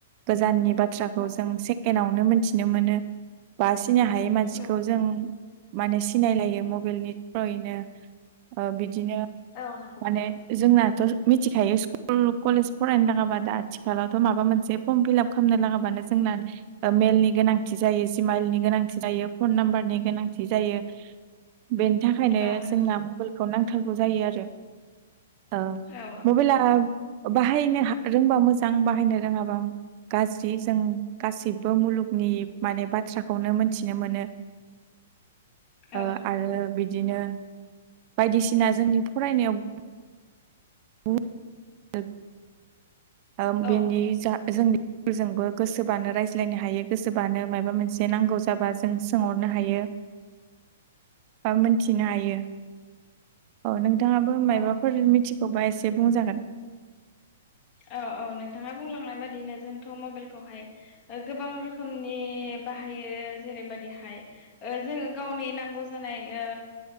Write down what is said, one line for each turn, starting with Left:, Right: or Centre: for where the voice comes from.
Right: गोजाननि बाथ्राखौ
Left: औ
Right: जों सेकेडआवनो मोनथिनो मोनो बा सिनि हायै मानसिखौ
Left: औ
Right: जों माने सिनायलायो मबाइलनि थ्रयैनो। बिदिनो
Left: औ नंगौ
Right: माने
Left: नोंथां
Right: जोंनाथ' मिथिखायो कुल कलेज फरायनो लागाबा दा आथिखालावथ' माबा मोनसे फर्म फिलाप खामनो लागाबानो जोंना मेइलनि गोनांथि जायो जिमाइलनि गोनांथि जायो। फन नाम्बारनि गोनांथि जायो बेनि थाखायनो
Left: औ नंगौ
Right: जोंना बेइलखौ नांथारगौ जायो आरो ओ
Left: औ
Right: मबाइला बाहायनो हा रोंबा मोजां बाहायनो रोङाबा गाज्रि जों गासिब्बो मुलुगनि माने बाथ्राखौनो मोनथिनो मोनो।
Left: औ
Right: ओ आरो बिदिनो बायदिसिना जोंनि फरायनायाव <unintelligible> ओ बेनि
Left: औ औ
Right: जा जोंनि जोंजोंबो गोसोबानो राय ज्लायनो हायो गोसोबानो माबा मोनसे नांगौ जाबा जों सोंहरनो हायो बा मिथिनो हायो। औ नोंथाङाबो माबाफोर
Left: नंगौ औ
Right: मिथिगौबा एसे बुंजागोन।
Left: औ औ नोंथाङा बुंलांनाय बादिनो जोंथ' मबाइलखौहाय। ओ गोबां रोखोमनि बाहायो जेरैबादिहाय ओ जोङो गावनि नांगौ जानाय ओ